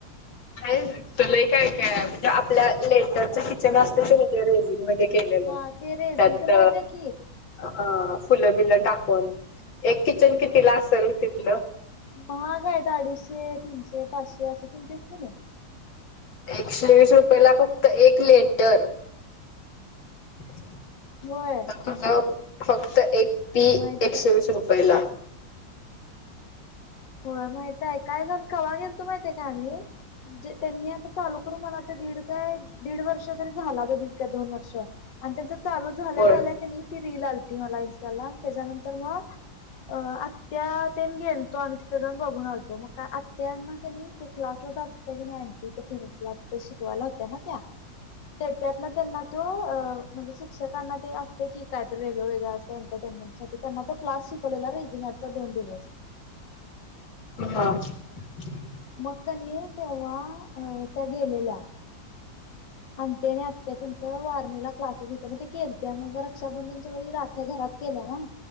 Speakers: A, on the left; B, on the left.
A: हाय तिथं लई काय काय म्हणजे आपल्या लेटरच किचन असत ते रेजिंग मध्ये केलेलं
B: हा ते रेझिनच
A: त्यात
B: माहित आहे की
A: अ फुलं बिल टा कुण एक किचन
B: होय
A: कितीला असल तिथलं
B: महाग आहेत अडीचशे तीनशे पाचशे अस तुण ते की नाय
A: एकशे वीस रुपयेला फक्त एक लेटर आता
B: होय
A: तुझा फक्त एक पी
B: माहित
A: एकशे
B: आहे
A: वीस रुपयला <inaudible>
B: होय माहित आहे. काय झाल कावा गेल तो माहितय काय आम्ही म्हणजे त्यांनी आता चालू करून मला वाटतय दीड काय दीड वर्ष तरी झाला. दीड का दोन वर्ष आणि त्यांच चालू झाल्या
A: होय.
B: झाल्या क नी ती रील आलती मला इन्स्टा ला त्याच्यानंतर म अ आत्या तेन गेलतो आम्ही ति त बघून आलतो म का आत्ता ना कनय ते क्लासला जात होत्या की नाय आँटी फिनिक्सला तिथं शिकवा यला होत्या ना त्या त्याच्यातन त्यांना तो अ म्हणजे शिक्षकांना ते अस की कायतर वेगळं वेगळ असं एंटरटेनमेंटसाठी त्यां तो क्लास शिकवलेला रेजिन्आर्ट चा दोन दिवस
A: <unintelligible>
B: मकनी तेव्हा अ त्या गेलेल्या आंटी आणि आत्या त्यांच वारनेला क्लासेस होतं मग ते केलत्या मग रक्षाबंधनच्या वेळी राख्या घरात केल्या ना